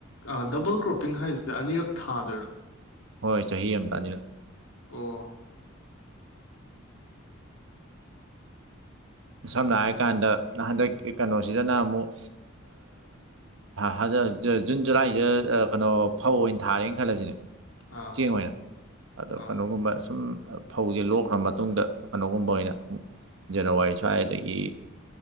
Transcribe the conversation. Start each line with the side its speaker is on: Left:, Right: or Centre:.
Left: ꯑꯥ ꯗꯕꯜ ꯀ꯭ꯔꯣꯞꯄꯤꯡ ꯍꯥꯏꯖꯦ ꯑꯅꯤꯔꯛ ꯊꯥꯗꯣꯏꯔꯥ
Right: ꯍꯣꯏ ꯆꯍꯤ ꯑꯃꯗ ꯑꯅꯤꯔꯛ
Left: ꯑꯣ
Right: ꯁꯝꯅ ꯍꯥꯏꯔ ꯀꯥꯟꯗꯥ ꯍꯟꯗꯛꯀꯤ ꯀꯩꯅꯣꯁꯤꯗꯥꯅ ꯑꯃꯨꯛ ꯍꯟꯗꯛ ꯖꯨꯟꯡ ꯖꯨꯂꯥꯏꯖꯦ ꯑꯥ ꯀꯩꯅꯣ ꯐꯧ ꯑꯣꯏꯅ ꯊꯥꯔꯦꯅ ꯈꯜꯂꯁꯤꯅꯦ
Left: ꯑꯥ
Right: ꯆꯦꯡ ꯑꯣꯏꯅ ꯑꯗꯣ
Left: ꯑꯥ
Right: ꯀꯩꯅꯣꯒꯨꯝꯕ ꯁꯨꯝ ꯐꯧꯖꯦ ꯂꯣꯛꯈ꯭ꯔ ꯃꯇꯨꯡꯗꯥ ꯀꯩꯅꯣꯒꯨꯝꯕ ꯑꯣꯏꯅ ꯖꯅꯋꯥꯔꯤ ꯁ꯭ꯋꯥꯏꯗꯥꯒꯤ